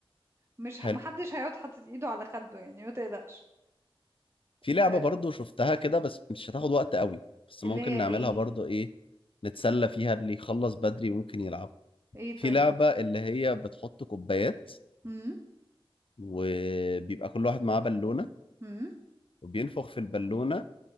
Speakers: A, on the right; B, on the left.
A: مش ه-
B: حلو
A: محدش هيقعد حاطط ايده على خده يعني ما تقلقش
B: في لعبة
A: آه،
B: برضه شفتها كده بس مش هتاخد وقت قوي بس
A: اللي
B: ممكن
A: هي
B: نعملها
A: ايه
B: برضه ايه نتسلى فيها اللي يخلص بدري ممكن يلعب
A: ايه طيب
B: في لعبة اللي هي بتحط كوبايات
A: امم
B: وبيبقى كل واحد معاه بالونة
A: امم
B: وبينفخ في البالونة